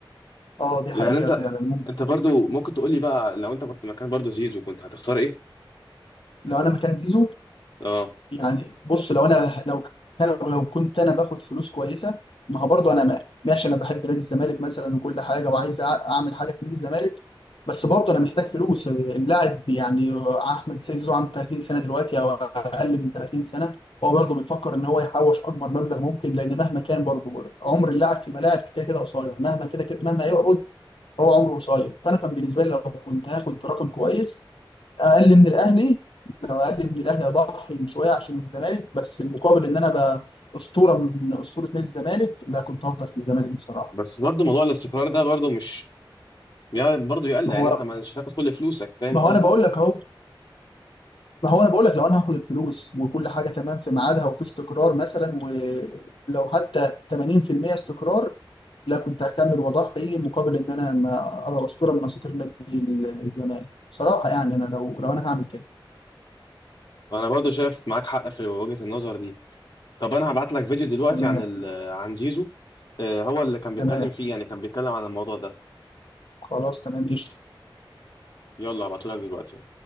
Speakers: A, on the left; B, on the left.
A: اه دي
B: يعني
A: حقيقه
B: انت
A: فعلا ممكن.
B: انت برضو ممكن تقول لي بقى لو انت كنت مكان برضو زيزو كنت هتختار ايه
A: لو انا مكان زيزو
B: اه
A: يعني بص لو انا لو كان لو كنت انا باخد فلوس كويسه ما هو برضه انا ما- ماشي انا بحب نادي الزمالك مثلا وكل حاجه وعايز أع- اعمل حاجه في نادي الزمالك بس برضه انا محتاج فلوس اللاعب يعني احمد سيد زيزو عنده 30 سنه دلوقتي او اقل من 30 سنه هو برضه بيفكر ان هو يحوش اكبر مبلغ ممكن لان مهما كان برضه عمر اللاعب في الملاعب كده كده قصير مهما كده كده مهما هيقعد هو عمره قصير فانا كان بالنسبه لي لو كنت هاخد رقم كويس اقل من الاهلي لو اقل من الاهلي اضحي شويه عشان الزمالك بس المقابل ان انا بقى اسطوره من اسطوره نادي الزمالك لا كنت هفضل في الزمالك بصراحه
B: بس برضو موضوع الاستقرار ده برضو مش يعني برضو يقلق
A: ما هو
B: يعني انت مش هتاخد كل فلوسك فاهم
A: ما
B: قصدي
A: هو انا بقول لك اهو ما هو انا بقول لك لو انا هاخد الفلوس وكل حاجه تمام في ميعادها وفي استقرار مثلا ولو حتى 80% استقرار لا كنت هكمل واضحي مقابل ان انا ما ابقى اسطوره من اساطير نادي الزمالك بصراحه يعني انا لو لو انا هعمل كده
B: وانا برضو شايف معاك حق في وجهة النظر دي طب انا هبعت لك فيديو دلوقتي
A: تمام
B: عن ال... عن زيزو آه، هو اللي كان بيتكلم
A: تمام
B: فيه يعني كان بيتكلم عن الموضوع ده
A: خلاص تمام قشطه
B: يلا هبعته لك دلوقتي